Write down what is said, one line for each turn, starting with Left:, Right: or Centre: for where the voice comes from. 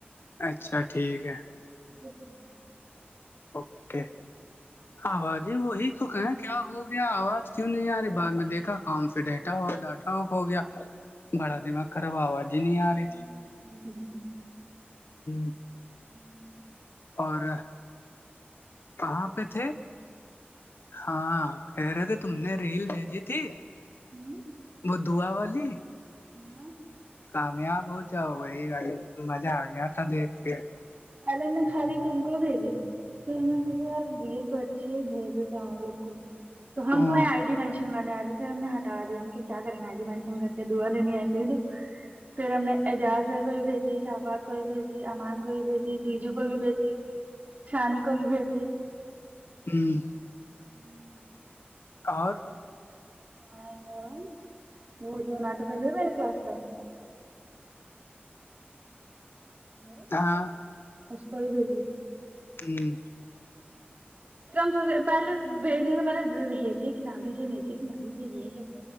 Left: اچھا ٹھیک ہے
Right: اچھا
Left: اوکے آوازیں وہی تو کہیں کیا ہو گیا آواز کیوں نہیں آ رہی بع میں دیکھا کام سے ڈاٹا ہوف ڈاٹا آف ہو گیا بڑا دما خرب آواز ہی نہیں
Right: پہلے
Left: آ رہی تھی
Right: والی ایک کال چلی
Left: ہ
Right: ہوں
Left: اور کہاں پہ تھے ہاں کہہ رہے تھے تم نے ریل بھیجی تھی
Right: ہوں
Left: وہ دھو واللی
Right: ہوں
Left: کامیاب ہو جاؤ ووہی والی مزہ آ گیا تھا دیکھ کے
Right: پہلے نے خالی تم کو بھیجی س میں کہے ریل تو اچھی بھیج دی تھ ہمار لگ کو تو ہم
Left: ہ
Right: تو آئیڈ م لانے آے تھے ہم نے ہٹا دیا کہ کیا کریں گے ایھی مینشن کر کے دعا دن ہی ایسے ہی تو پھر ہم نے اعجاز بھائی کوئی بھیجی شافات کو بھیجی امان کو بھیجی جی دیجو کو بھی بھیجی سانی کو بھی بھیجی
Left: ہوں
Right: ہوں
Left: اور
Right: ہاں وہ دون آٹو پہ ج ہو میر نےے کلاس کا ہلو
Left: کہاں
Right: خسک بھیجی
Left: ہوں
Right: پ ہم سوچ پہلے بھیجنے سے پہلے بھیجے کہ نہ بھیجے بھیجے کہ نہ بھیجے یہ